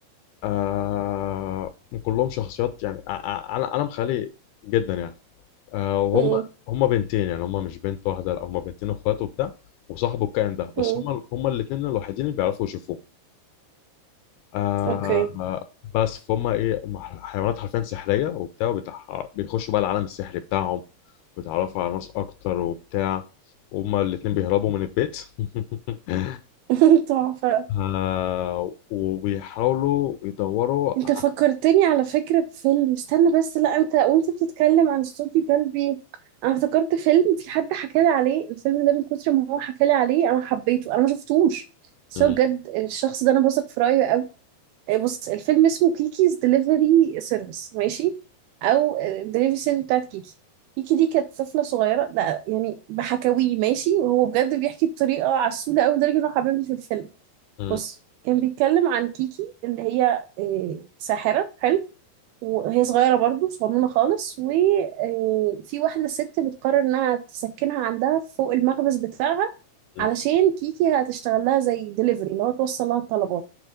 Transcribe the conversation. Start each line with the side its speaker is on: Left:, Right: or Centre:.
Left: آه كلهم شخصيات يعني ع- ع- عالم خيالي جدا يعني آه، وهم
Right: مم.
Left: هم بنتين يعني هم مش بنت واحده لا هم بنتين اخوات وبتاع وصاحبه الكائن ده بس
Right: مم.
Left: هم هم الاثنين الوحيدين اللي بيعرفوا يشوفوه آه
Right: اوكي
Left: آه، بس فهم ايه هم حيوانات حرفيا سحريه وبتاع وبتاع بيخشوا بقى العالم السحري بتاعهم ويتعرفوا على ناس اكتر وبتاع هما الاثنين بيهربوا من البيت <laughs>
Right: <laughs> تحفة
Left: آه وبيحاولوا يدوروا
Right: انت
Left: ع-
Right: فكرتني على فكرة بفيلم استنى بس لا انت وانت بتتكلم عن استوديو جلبي انا افتكرت فيلم في حد حكالي عليه الفيلم ده من كتر ما هو حكالي عليه انا حبيته انا ما شفتوش بس
Left: م-
Right: هو بجد الشخص ده انا بثق في رايه قوي آه، بص الفيلم اسمه كيكيز دليفري سيرفيس ماشي او دليفري سيرفيس بتاعت كيكي كيكي دي كانت طفلة صغيرة ده يعني بحكاويه ماشي وهو بجد بيحكي بطريقة عسولة قوي لدرجة انه حببني في الفيلم
Left: م-
Right: بص كان بيتكلم عن كيكي اللي هي آه، ساحرة حلو وهي صغيرة برضو صغنونة خالص وفي واحدة ست بتقرر انها تسكنها عندها فوق المخبز بتاعها
Left: م-
Right: علشان كيكي هتشتغل لها زي ديليفري اللي هو توصل لها الطلبات